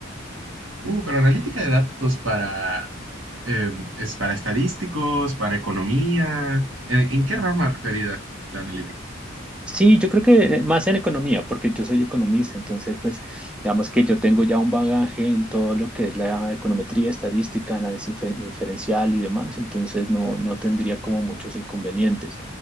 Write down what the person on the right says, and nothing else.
Uh, pero analítica de datos para, eh, es para estadísticos, para economía. ¿En, en qué rama referida la analítica?